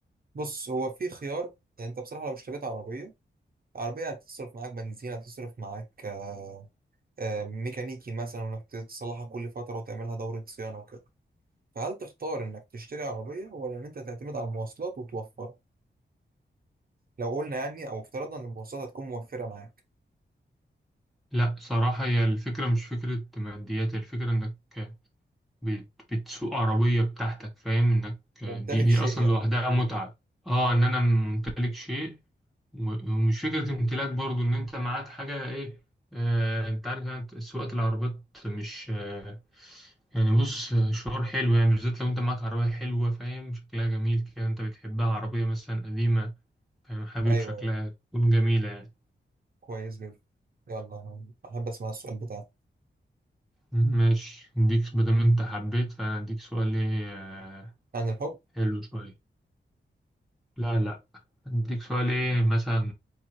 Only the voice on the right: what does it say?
بص هو في خيار يعني أنت بصراحة لو اشتريت عربية عربية هتصرف معاك بنزين هتصرف معاك آه، آه، ميكانيكي مثلا وإنك تصلحها كل فترة وتعملها دورة صيانة وكده فهل تختار إنك تشتري عربية ولا إن أنت تعتمد على المواصلات وتوفر لو قلنا يعني أو افترضنا إن المواصلات هتكون موفرة معاك
ممتلك
شيء
يعني
أيوه
أيوه
كويس جدا يلا أنا أحب أسمع السؤال بتاعك
عن الحب